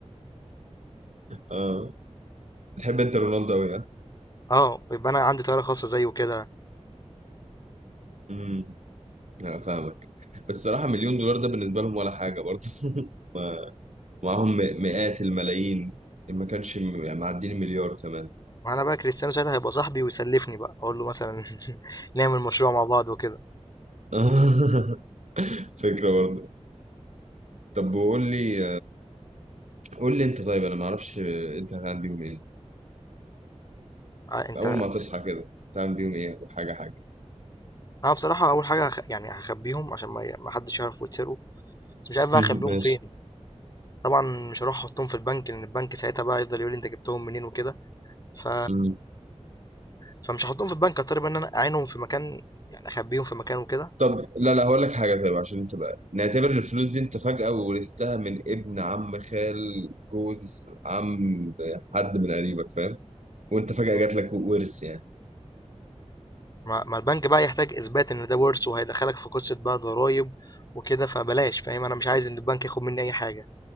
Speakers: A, on the right; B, on the left.
A: أه بتحب أنت رونالدو أوي ها؟
B: اه يبقى انا عندي طياره خاصه زيه كده
A: أمم أنا فاهمك بس الصراحة مليون دولار ده بالنسبة لهم ولا حاجة برضه <laughs> ومعاهم م- مئات الملايين إن ما كانش م- يعني معدين المليار كمان
B: وانا بقى كريستيانو ساعتها هيبقى صاحبي ويسلفني بقى اقول له مثلا <laughs> نعمل مشروع مع بعض وكده
A: <laughs> فكرة برضه طب وقول لي قول لي انت طيب انا ما اعرفش انت هتعمل بيهم ايه
B: آه، انت
A: اول ما تصحى كده هتعمل بيهم ايه وحاجة حاجة
B: انا بصراحه اول حاجه هخ... يعني هخبيهم عشان ما, ي- ما حدش يعرف ويتسرقوا بس مش عارف بقى
A: <laughs>
B: اخبيهم
A: ماشي
B: فين طبعا مش هروح احطهم في البنك لان البنك ساعتها بقى يفضل يقول لي انت جبتهم منين وكده ف
A: مم.
B: فمش هاحطهم في البنك هاضطر بقى إن أنا أعينهم في مكان يعني أخبيهم في مكان وكده
A: طب لا لا هقول لك حاجة طيب عشان تبقى نعتبر الفلوس دي انت فجأة ورثتها من ابن عم خال جوز عم حد من قريبك فاهم وانت فجأة
B: مم.
A: جات لك ورث يعني
B: ما ما البنك بقى يحتاج إثبات إن ده ورث وهيدخلك في قصة بقى ضرايب وكده فبلاش فاهم أنا مش عايز إن البنك ياخد مني أي حاجة